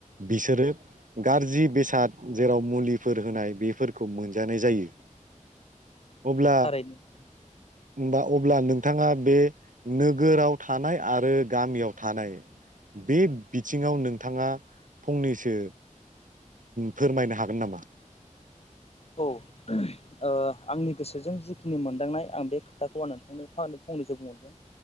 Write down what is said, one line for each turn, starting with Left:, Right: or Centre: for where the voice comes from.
Right: बिसोरो गाज्रि बेसाद जेराव मुलिफोर होनाय बेफोरखौ मोनजानाय जायो। अब्ला
Left: थारैनो
Right: होनबा अब्ला नोंथाङा बे नोगोराव थानाय आरो गामियाव थानाय बे बिथिङाव नोंथाङा फंनैसो फोरमायनो हागोन नामा?
Left: औ। ओ आंनि गोसोजों जिखिनि मोनदांनाय आं बे खोथाखौ आं नोंथांनो फंनैसो बुंहरगोन।